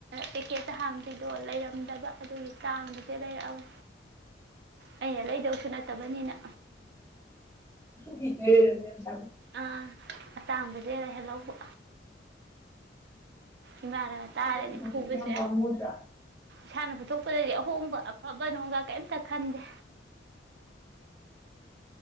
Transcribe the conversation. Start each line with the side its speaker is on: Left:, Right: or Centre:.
Right: ꯄꯦꯛꯀꯦꯠꯠꯇ ꯍꯥꯡꯕꯤꯗꯣ ꯂꯩꯔꯝꯗꯕ ꯑꯗꯨꯒꯤ ꯆꯥꯡꯗꯨꯗꯤ ꯂꯩꯔꯛꯑꯕ ꯑꯩꯅ ꯂꯩꯗꯧꯁꯨ ꯅꯠꯇꯕꯅꯤꯅ
Left: ꯔ
Right: ꯑꯥ ꯑꯇꯥꯡꯕꯁꯦ ꯍ ꯍꯦꯜ ꯂꯧꯕ ꯏꯃꯂꯒ
Left: ꯏꯁꯥꯅ
Right: ꯇꯥꯔꯦꯗꯤ
Left: ꯄꯨꯊꯣꯛꯄꯗꯤ
Right: ꯐꯨꯕꯁꯦ
Left: ꯌꯥꯝ ꯄꯥꯝꯃꯨꯗ꯭ꯔꯥ
Right: ꯁꯅꯕꯕꯨ ꯊꯣ ꯄꯗꯗꯤ ꯑꯍꯣꯡꯕ ꯑꯐꯕ ꯅꯨꯡꯒ ꯀꯩꯝꯇ ꯈꯟꯗꯦ